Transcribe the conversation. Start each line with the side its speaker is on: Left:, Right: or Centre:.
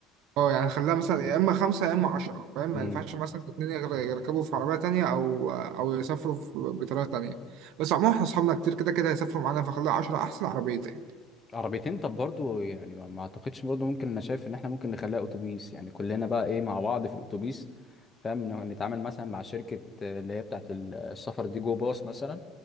Right: اه يعني خليها مثلا يا إما خمسة يا إما عشرة فاهم؟ ما
Left: امم
Right: ينفعش مثلا الاتنين يغر- يركبوا في عربية تانية أو أو يسافروا في- بطريقة تانية بس عموما احنا أصحابنا كتير كده كده هيسافروا معانا فخليها عشرة أحسن عربيتين
Left: عربيتين طب برضو يعني ما ما أعتقدش برضو ممكن أنا شايف إن إحنا ممكن نخليها أتوبيس يعني كلنا بقى إيه مع بعض في الأتوبيس فاهم إنه نتعامل مثلا مع شركة آه، اللي هي بتاعة ال- السفر دي جو باص مثلا